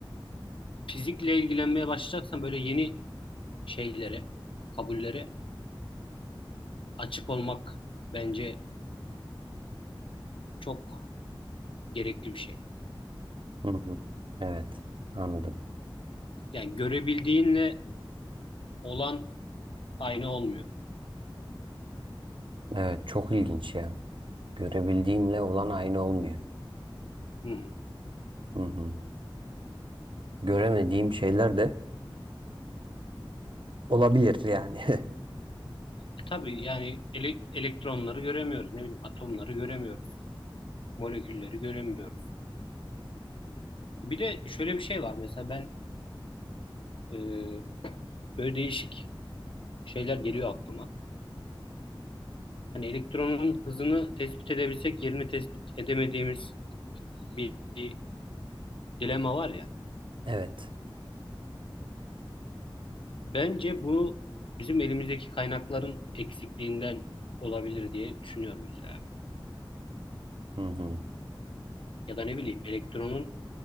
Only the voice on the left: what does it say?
fizikle ilgilenmeye başlayacaksan böyle yeni şeylere, kabullere açık olmak bence çok gerekli bir şey.
Yani görebildiğinle olan aynı olmuyor.
Hı hı.
E tabii yani ele- elektronları göremiyoruz. Ne bileyim atomları göremiyoruz. Molekülleri göremiyoruz. Bir de şöyle bir şey var. Mesela ben e, böyle değişik şeyler geliyor aklıma. Hani elektronun hızını tespit edebilsek yerini tespit edemediğimiz bir, bir dilema var ya.
Bence bu bizim elimizdeki kaynakların eksikliğinden olabilir diye düşünüyorum mesela. ben.
Ya da ne bileyim elektronun